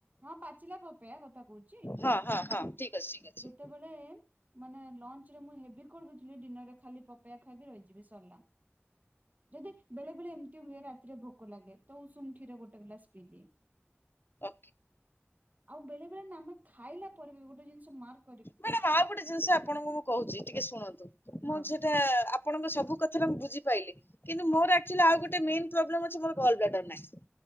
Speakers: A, on the right; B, on the left.
A: ହଁ ପାଚିଲା ପପେୟା କଥା କହୁଛି।
B: ହଁ ହଁ ହଁ ଠିକ୍ ଅଛି ଠିକ୍ ଅଛି।
A: ଯେତେବେଳେ ମାନେ ଲଞ୍ଚରେ ମୁଁ ହେଭୀ କରିଦଉଥିଲି, ଡିନରରେ ଖାଲି ପପେୟା ଖାଇବି ରହିଯିବି। ବି ସରିଲା ଯଦି ବେଳେ ବେଳେ ଏମିତି ହୁଏ ରାତିରେ ଭୋକ ଲାଗେ ତ ଉଷୁମ କ୍ଷୀର ଗୋଟେ ଗ୍ଲାସ ପିଇଦିଏ।
B: ଅ
A: ଆଉ ବେଳେ ବେଳେ ଆମେ ଖାଇଲା ପରେ ଗୋଟେ ଜିନିଷ ମାର୍କ୍
B: ମ୍ୟାଡାମ ଆଉ ଗୋଟେ ଜିନିଷ ଆପଣଙ୍କୁ ମୁଁ କହୁଛି ଟିକେ ଶୁଣନ୍ତୁ ମୁଁ
A: ହଁ
B: ସେଟା ଆ ଆପଣଙ୍କ ସବୁ କଥାଟା ମୁଁ ବୁଝିପାଇଲି। କିନ୍ତୁ ମୋର ଆକ୍ଚୁଲି ଆଉ ଗୋଟେ ମନ ପ୍ରୋବ୍ଲେ ଅଛି ମୋର ଗର୍ଲବ୍ଲେଡର ନାହିଁ।